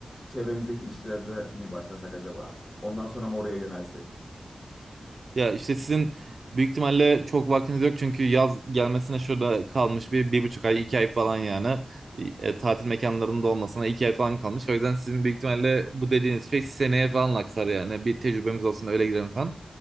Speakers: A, on the left; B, on the right.
A: çevremizdeki işlerde mi başlasak acaba? Ondan sonra mı oraya yönelsek?
B: Ya işte sizin büyük ihtimalle çok vaktiniz yok çünkü yaz gelmesine şurada kalmış bir, bir buçuk ay, iki ay falan yani. E, tatil mekanlarının da olmasına iki ay falan kalmış. O yüzden sizin büyük ihtimalle bu dediğiniz şey seneye falan aksar yani. Bir tecrübemiz olsun öyle gidelim falan.